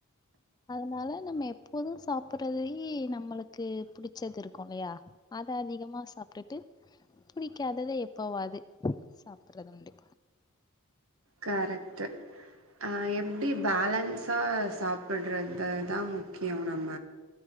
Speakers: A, on the left; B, on the right.
A: அதனால நம்ம எப்போது சாப்பட்றதுல்யே நம்மளுக்கு புடிச்சது இருக்கு இல்லயா அத அதிகமா சாப்ட்டுட்டு புடிக்காதத எப்பவாது சாப்பட்றதுண்டு
B: கரெக்ட்டு அ எப்டி பேலன்ஸா சாப்பட்றது தா முக்கியோ நம்ம